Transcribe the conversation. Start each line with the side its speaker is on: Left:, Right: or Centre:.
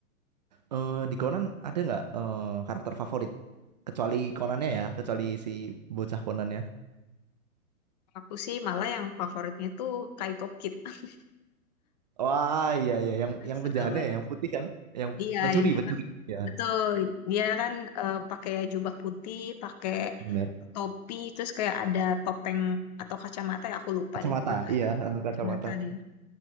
Right: Eh, di Conan ada nggak eh, karakter favorit? Kecuali Conannya ya, kecuali si bocah Conannya.
Left: aku sih malah yang favoritnya tuh Kaito Kid <laughs>
Right: Wah, iya iya, yang
Left: Aku
Right: yang
Left: suka
Right: penjahatnya
Left: banget
Right: ya, yang putih kan, yang
Left: iya
Right: mencuri,
Left: yang dia
Right: mencuri.
Left: pas
Right: Iya,
Left: betul dia kan eh, pakai jubah putih pakai
Right: benar.
Left: topi terus kayak ada topeng atau kacamata ya aku lupa
Right: Kacamata,
Left: deh pokoknya ada
Right: iya, eh, kacamata.
Left: kacamata dia